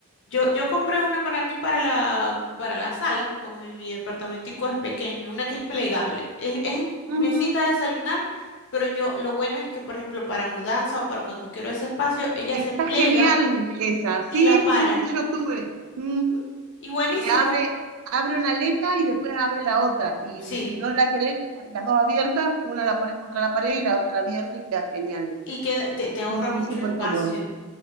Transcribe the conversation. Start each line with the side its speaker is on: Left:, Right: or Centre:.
Left: Yo, yo compré una para aquí, para la, para la sala, como mi, mi departamentico es pequeño, una que es plegable. Es, es mesita
Right: Ujú,
Left: de desayunar, pero yo lo bueno es que, por ejemplo, para mudanza o para cuando quiero ese espacio, ella
Right: Está
Left: se plega
Right: genial esa. Sí,
Left: y la para.
Right: sí, sí, yo tuve. Mm,
Left: Ujú. Y buenísimo,
Right: Que abre, abre una aleta y después abre la otra. Y,
Left: sí.
Right: y si no la querés, las dos abiertas, una la pones contra la pared y la otra abierta y queda genial.
Left: Y que te, te ahorra
Right: Sí, sí,
Left: mucho
Right: súper
Left: espacio.
Right: cómodo.